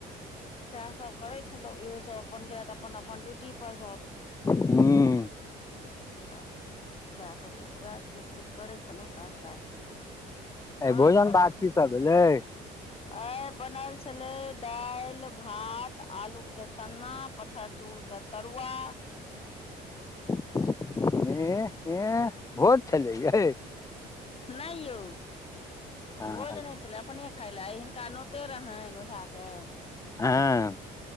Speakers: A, on the left (about 35°); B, on the left (about 20°).
A: सएह सब करे छलहु इहो सब अपन गेल अपन -अपन ड्यूटी पर सब।
B: हू।
A: तऽ सएह सभकछु बात किछ- - करै छलहुँ काज -ताज
B: आइ
A: अहाँ
B: भोजन
A: कत
B: भात
A: छि।
B: की सब भेलै
A: आई बनल छले दालि, भात, आलू के सन्ना, पत्थर चूर- - क तरुआ- -
B: हे, एह भोज, छलै यई।
A: ने ई यौ
B: हँ
A: भोज नेई छैल। अपने खाय ले हिनका नोते रहेन ओझा के --
B: ऐं